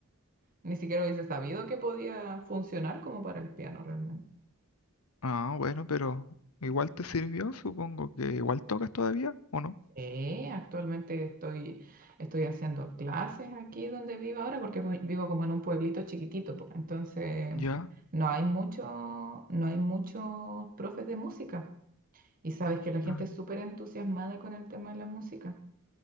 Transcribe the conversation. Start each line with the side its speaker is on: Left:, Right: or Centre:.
Right: ni siquiera hubiese sabido que podía funcionar como para el piano realmente.
Left: ah, bueno, pero igual te sirvió, supongo que igual tocas todavía, ¿o no?
Right: Sí, actualmente estoy, estoy haciendo clases aquí donde vivo ahora porque voy- vivo como en un pueblito chiquitito, po. Entonces
Left: Ya.
Right: no hay mucho, no hay muchos profes de música y sabes que la gente
Left: Ah,
Right: es súper entusiasmada con el tema de la música.